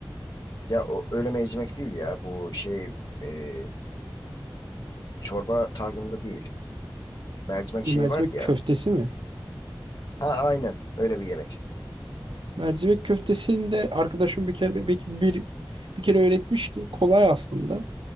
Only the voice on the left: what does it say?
Ya o, öyle mercimek değil ya. Bu şey e, çorba tarzında değil. Mercimek
şey
vardı ya.
Ha aynen öyle bir yemek.